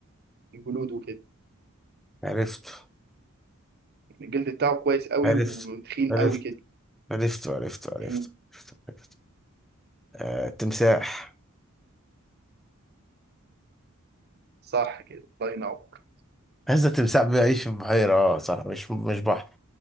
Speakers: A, on the right (about 45°); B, in the centre.
A: الجلود وكده
B: عرفته
A: يعني الجلد بتاعه كويس قوي
B: عرفت
A: وتخين
B: عرفت
A: قوي كده
B: عرفت عرفت عرفت
A: مم.
B: عرفت آه، تمساح
A: صح كده الله ينور
B: هذا التمساح بيعيش في بحيرة اه صح مش مش بحر